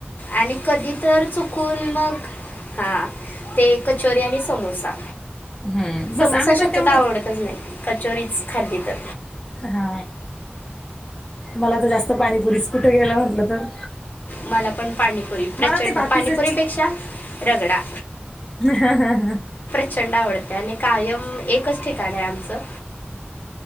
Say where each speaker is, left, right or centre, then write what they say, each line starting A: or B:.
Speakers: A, on the left (about 50°); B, on the left (about 20°).
A: आणि कधी तर चुकून मग हा ते कचोरी आणि समोसा
B: हम्म, बस
A: समस्या
B: आम्ही पण
A: शक्यता
B: तेवढंच
A: आवडतच नाही कचोरीच खाल्ली तर
B: हा मला तर जास्त पाणीपुरीच कुठे गेला म्हंटलं तर
A: मला पण पाणीपुरी प्रचंड
B: मला ते बाकीचं
A: पाणीपुरीपेक्षा रगडा
B: हा हा हा
A: ंड आवडते आणि कायम एकच ठिकाण आहे आमचं